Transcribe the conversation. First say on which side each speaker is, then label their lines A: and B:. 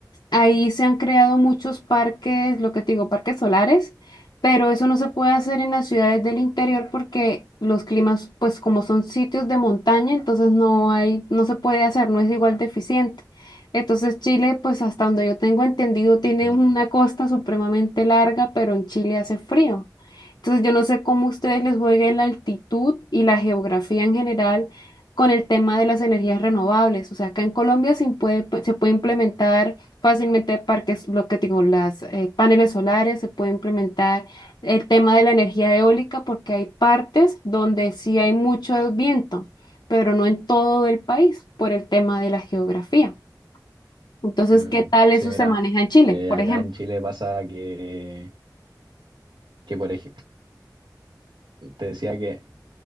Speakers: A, on the left; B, on the right.
A: ahí se han creado muchos parques, lo que te digo, parques solares, pero eso no se puede hacer en las ciudades del interior porque los climas, pues como son sitios de montaña, entonces no hay, no se puede hacer, no es igual de eficiente. Entonces Chile, pues hasta donde yo tengo entendido, tiene
B: <laughs>
A: una costa supremamente larga, pero en Chile hace frío. Entonces yo no sé cómo a ustedes les juegue la altitud y la geografía en general con el tema de las energías renovables. O sea, acá en Colombia se puede, pu- se puede implementar fácilmente parques, lo que digo, las eh, paneles solares, se puede implementar el tema de la energía eólica porque hay partes donde sí hay mucho viento, pero no en todo el país por el tema de la geografía. Entonces,
B: Mm,
A: ¿qué tal
B: sí,
A: eso
B: mira,
A: se maneja en Chile,
B: eh,
A: por
B: acá
A: ejemplo?
B: en Chile pasa que, que por ejemplo, te decía que